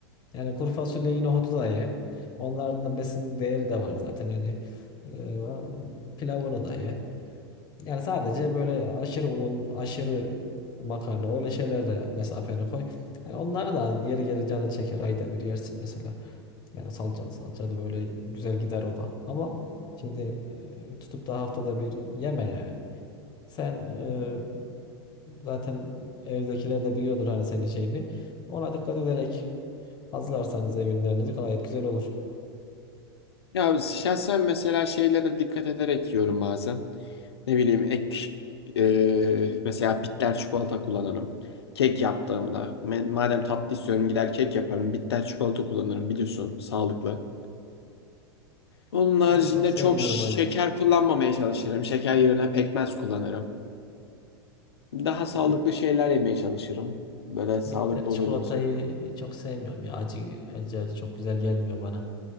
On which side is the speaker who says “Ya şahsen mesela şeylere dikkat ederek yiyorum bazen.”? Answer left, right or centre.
Left